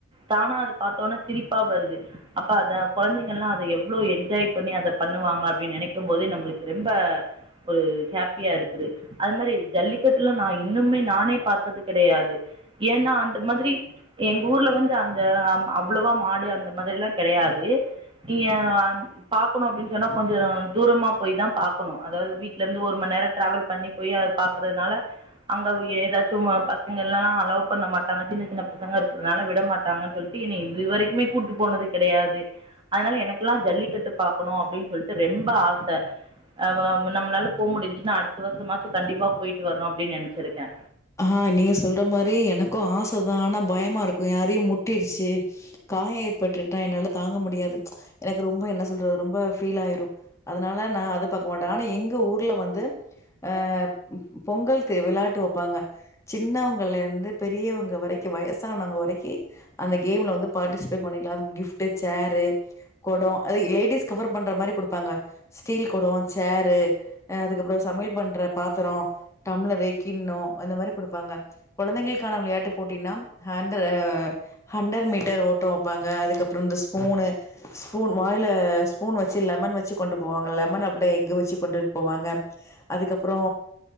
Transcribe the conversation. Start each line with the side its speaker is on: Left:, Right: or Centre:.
Right: தானா அது பாத்த உட்னே சிரிப்பா வருது அப்ப அத கொழந்தைங்க எல்லா அதை எவ்ளோ என்ஜாய் பண்ணி அதை பண்ணுவாங்க அப்படின்னு நினைக்கும் போதே நம்மளுக்கு ரெம்ப ஒரு ஹாப்பியா இருக்குது அது மாறி ஜல்லிக்கட்டுலா நா இன்னுமே நானே பாத்தது கெடையாது ஏன்னா அந்த மாதிரி எங்க ஊர்ல வந்து அந் த அவ்வளவா மாடு அந்த மாதிரில்லா கெடையாது நீ ஏ பாக்கணு அப்படின்னு சொன்னா கொஞ்சோ தூரமா போய் தா பாக்கணும் அதாவது வீட்ல இருந்து ஒரு மண் நேரம் ட்ராவல் பண்ணி போயி அது பாக்குறதுனால அங்க ஏதாச்சும் பசங்க எல்லான்னா அலோவ் பண்ண மாட்டாங்க சின்ன சின்ன பசங்க இருக்கறனால விடமாட் டாங்கன்னு சொல்ட்டு என்னய இது வரைக்குமே கூட்டு போனது கெடையாது அதனால எனக்கெல்லா ஜல்லிக்கட்டு பாக்கணு அப்படின்னு சொல்ட்டு ரெம்ப ஆச அ வ நம்மளால போ முடிஞ்சின்னா அடுத்த வருஷமாச்சு கண்டிப்பா போயிட்டு வரோ அப்டின்னு நெனைச்சிருக்கே
Left: ஆ நீங்க சொல்ற மாறி எனக்கும் ஆச தா ஆனா பயமா இருக்கும் யாரையு முட்டிருச்சு காயம் ஏற்பட்டுட்டா என்னால தாங்க முடியாது எனக்கு ரொம்ப என்ன சொல்றது ரொம்ப ஃபீல் ஆயிரு அதனால நா அத பாக்க மாட்டே ஆனா எங்க ஊர்ல வந்து அ பொங்கல்க்கு விளாட்டு வெப்பாங்க சின்னவங்கள்ல இருந்து பெரியவங்க வரைக்கி வயசானவங்க வரைக்கி அந்த கேம்ல வந்து பாட்டிசிபேட் பண்ணிக்கலா அதும் கிஃப்ட் சேரு கோடம் அது லேடிஸ் கவர் பண்ற மாறி குடுப்பாங்க ஸ்டீல் கோடம் சேரு அ அதுக்கப்பறோ சமையல் பண்ற பாத்தரோ டம்ளரு கிண்ணம் அந்த மாறி குடுப்பாங்க கொழந்தைகளுக்கான விளையாட்டுப் போட்டின்னா ஆண்ட்ரு ஹண்ரட் மீட்டர் ஓட்டம் வெப்பாங்க அதுக்கப்பறோ இந்த ஸ்பூனு ஸ்பூன் வாயில ஸ்பூன் வச்சு லெமன் வச்சு கொண்டு போவாங்க லெமன் அப்ட எக்கு வச்சு கொண்டுட்டு போவாங்க அதுக்கப்றோ